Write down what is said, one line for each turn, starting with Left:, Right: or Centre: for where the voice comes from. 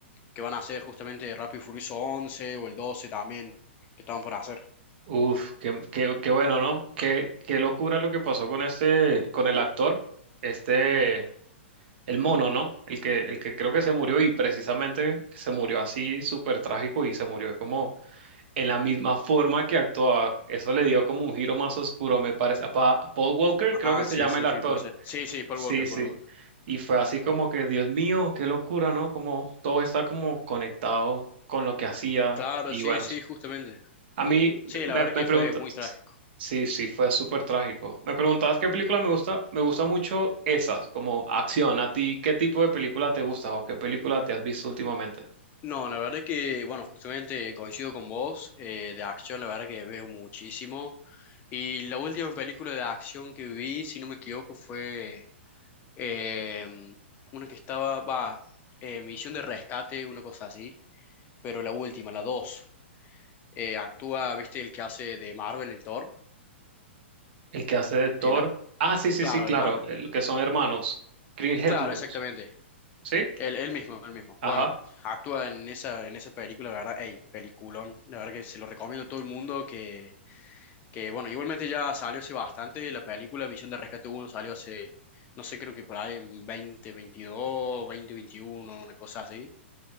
Left: que van a hacer justamente Rápido y Furioso 11 o el 12 también, que estaban por hacer.
Right: Uf, qué, qué, qué bueno, ¿no? Qué, qué locura lo que pasó con este, con el actor. Este, El mono, ¿no? El que, el que creo que se murió y precisamente se murió así súper trágico y se murió como en la misma forma que actuaba. Eso le dio como un giro más oscuro, me parece. A Pa- a Paul Walker creo
Left: Ah,
Right: que se
Left: sí,
Right: llama
Left: sí,
Right: el actor.
Left: sí, puede ser. Sí, sí, Paul
Right: Sí,
Left: Walker,
Right: sí.
Left: Paul Walker.
Right: Y fue así como que, Dios mío, qué locura, ¿no? Como todo está como conectado con lo que hacía.
Left: Claro,
Right: Y
Left: sí,
Right: bueno,
Left: sí, justamente.
Right: a mí
Left: Sí,
Right: me,
Left: la verdad
Right: me
Left: que
Right: preguntas,
Left: fue muy trágico.
Right: sí, sí, fue súper trágico. Me preguntabas qué película me gusta, me gusta mucho esas, como acción. ¿A ti qué tipo de película te gusta o qué película te has visto últimamente?
Left: No, la verdad que, bueno, justamente coincido con vos, eh, de acción, la verdad que veo muchísimo. Y la última película de acción que vi, si no me equivoco, fue eh, una que estaba, va, eh, Misión de Rescate, una cosa así, pero la última, la dos. Eh, actúa, viste, el que hace de Marvel en Thor.
Right: El que hace de Thor.
Left: El a-
Right: Ah, sí, sí,
Left: claro,
Right: sí, claro,
Left: el Marvel.
Right: el que son hermanos. Chris Hemsworth,
Left: Claro, exactamente.
Right: ¿sí?
Left: Él, él mismo, él mismo.
Right: Ajá.
Left: Bueno, actúa en esa, en esa película, la verdad, ey, peliculón. La verdad que se lo recomiendo a todo el mundo que Que bueno, igualmente ya salió hace bastante. La película Misión de Rescate uno salió hace, no sé, creo que por ahí en 2022, veintiuno una cosa así.